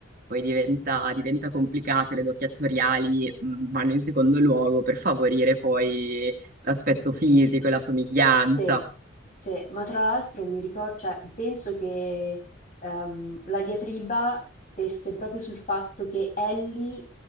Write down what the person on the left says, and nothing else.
Sì, sì, ma tra l'altro mi ricor cioè penso che, ehm, la diatriba stesse proprio sul fatto che Ellie,